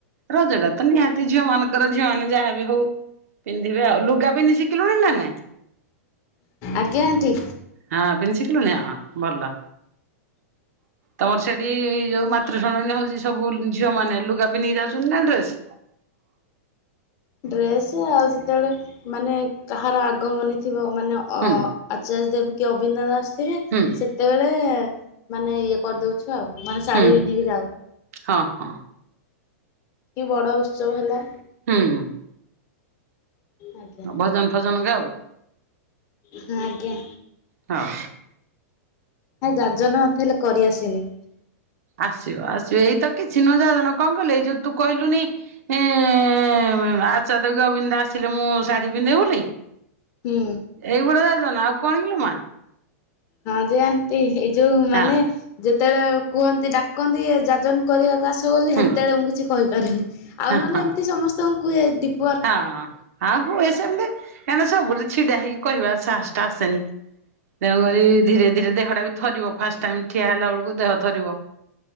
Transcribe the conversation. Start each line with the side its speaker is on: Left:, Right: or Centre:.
Right: ରଜ ଟା ତ ନିହାତି ଝିଅ ମାନଙ୍କର ଝିଅ ମାନେ ଯାହାବି ହଉ ପିନ୍ଧିବେ ଆଉ, ଲୁଗା ପିନ୍ଧି ଶିଖିଲୁଣି ନା ନାଇଁ?
Left: ଆଜ୍ଞା ଆଣ୍ଟି।
Right: ହଁ ପିନ୍ଧି ଶିଖିଲୁଣି ହଁ ଭଲ।
Left: ହ
Right: ତମର ସେଠି ଏଇ ଯୋଉ ମାତୃଶଣୀ ହଉଛି ସବୁ ଝିଅ ମାନେ ଲୁଗା ପିନ୍ଧି ଯାଉଛନ୍ତି ନା ଡ୍ରେସ?
Left: ଡ୍ରେସ୍ ଆଉ ଯେତେବେଳେ ମାନେ କାହାର ଆଗମନୀ ଥିବ ମାନେ ଆଚାର୍ଯ୍ୟ
Right: ହୁଁ
Left: ଦେବ କି ଅବିନ୍ଦ ଦାସ ଥିବେ
Right: ହୁଁ।
Left: କେତେବେଳେ ମାନେ ଇଏ କରିଦଉଛୁ ଆଉ ମାନେ ଶାଢ଼ୀ
Right: ହୁଁ
Left: ପିନ୍ଧିକି ଯାଉ।
Right: ହଁ ହଁ।
Left: କି ବଡ ଉତ୍ସବ ହେଲା
Right: ହୁଁ ହଁ।
Left: ଆଜ୍ଞା।
Right: ହଁ ଭଜନ ଫଜନ ଗା ଆାଉ
Left: ହଁ ଆଜ୍ଞା।
Right: ହଁ।
Left: ଆ ଯାଜନ ମତେ ହେଲେ କରିଆସିନି
Right: ଆସିବ ଆସିବ ଏଇତ କିଛି ନ ଯାଜନ କଣ କହିଲେ ଏଇ ଯୋଉ ତୁ କହିଲୁନି ହଁ ଆଚାଦବ ଅବିନ୍ଦ ଆସିଲେ ମୁଁ ଶାଢୀ ପିନ୍ଧେ ବୋଲି
Left: ହୁଁ।
Right: ଏଇଗୁଡା ଯାଜନ ଆଉ କଣ କ ମା
Left: ହଁ ଯେ ଆଣ୍ନ୍ତି ଏଇ ଯୋଉ ମାନେ
Right: ହଁ
Left: ଯେତେବେଳେ କୁହନ୍ତି ଡାକନ୍ତି ଏ ଯାଜନ କରିବାକୁ ଆସ ବୋଲି
Right: ହୁଁ
Left: ସେତେବେଳେ ମୁଁ କିଛି କହିପାରୁନି ଆଉ
Right: ହଁ
Left: ନହେଲେ
Right: ହଁ
Left: ଏମିତି ସମସ୍ତଙ୍କୁ କୁହେ ଡିପ୍
Right: ହଁ ଆଉ ହୁଏ ସେମିତି କାଁହିକି ନା ସବୁୁଠି ଛିଡା ହେଇକି କହିବାର ସାହସ ଟା ଆସେନି ତେଣୁକରି
Left: ହୁଁ
Right: ଧୀରେ ଧୀରେ ଦେହଟା ବି ଥରିବ ଫାଷ୍ଟ ଟାଇମ ଠିଆ ହେଲା ବେଳକୁ ଦେହ ଥରିବ।